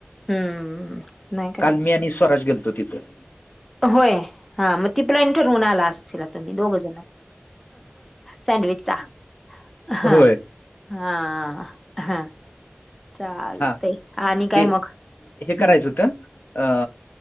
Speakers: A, in the centre; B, on the left.
A: हम्म. नाही करायची
B: काल मी स्वराज गेलो तिथं
A: होय हा मग ती प्लन ठरवून आला असतीलला तुम्ही दोघ जण सँडविचचा हा
B: होय
A: हा हा चालतय
B: हा
A: आणि काय
B: ते
A: मग
B: हे करायचं
A: हम्
B: होतं अ